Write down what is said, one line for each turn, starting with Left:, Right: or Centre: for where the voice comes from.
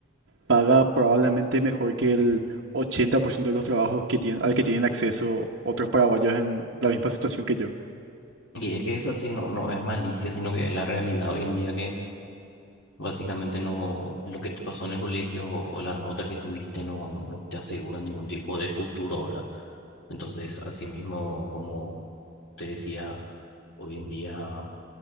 Right: paga probablemente mejor que el 80% de los trabajos que tienen, al que tienen acceso otros paraguayos en la misma situación que yo.
Left: Y es que esa sí no, no es malicia, sino que es la realidad hoy en día que Básicamente no, lo que te pasó en el colegio o la nota que tuviste no, no te asegura ningún tipo de futuro ahora. Entonces, asimismo, como te decía, hoy en día